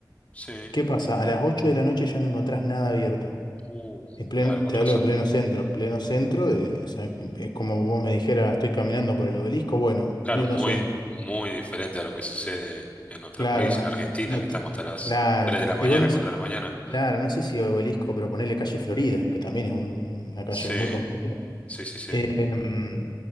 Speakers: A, on the left (about 20°); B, on the left (about 80°).
A: sí,
B: ¿Qué pasa? A las 8 de la noche ya no encontrás nada abierto.
A: uh,
B: En pleno-
A: claro, con
B: te
A: razón.
B: hablo de pleno centro. Pleno centro de, o sea, es como vos me dijeras, estoy caminando por el obelisco, bueno,
A: Claro,
B: pleno
A: muy,
B: centro.
A: muy diferente a lo que sucede en nuestro
B: Claro,
A: país,
B: no,
A: en Argentina,
B: no,
A: que estamos
B: ti-
A: hasta las
B: claro,
A: 3 de la mañana,
B: igual no,
A: 4
B: sé-
A: de la mañana.
B: claro, no sé si obelisco, pero ponerle calle Florida, que también es un- una calle
A: Sí,
B: muy concurrida.
A: sí, sí, sí.
B: Em,